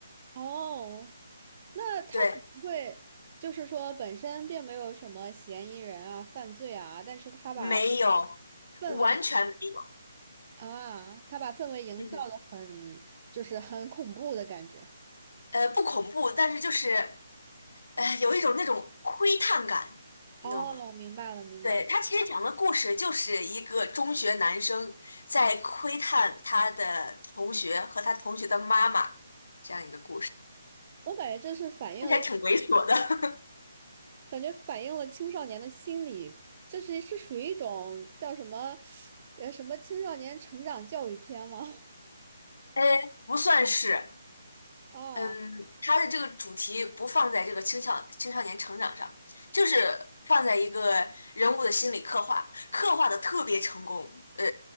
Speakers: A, on the right; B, on the left.
A: 哦，那他不会就是说本身并没有什么嫌疑人啊、
B: 对，
A: 犯罪啊，但是他把
B: 没有，
A: 氛围
B: 完全没有。
A: 啊，他把氛围营造的很就是很恐怖的感觉。
B: 嗯，呃，不恐怖，但是就是，呃，有一种那种窥探感，
A: 哦，
B: 你懂吗？
A: 明白了，明白了。
B: 对，他其实讲的故事就是一个中学男生在窥探他的同学和他同学的妈妈这样一个故事，
A: 我感觉这是反映了。
B: 看起来挺猥琐的。
A: 一。
B: <laughs>
A: 感觉反映了青少年的心理，这是是属于一种叫什么，呃，什么青少年成长教育片吗？
B: 呃，不算是，
A: <laughs> 啊，
B: 嗯，它的这个主题不放在这个青少青少年成长上，就是放在一个人物的心理刻画，刻画的特别成功，呃，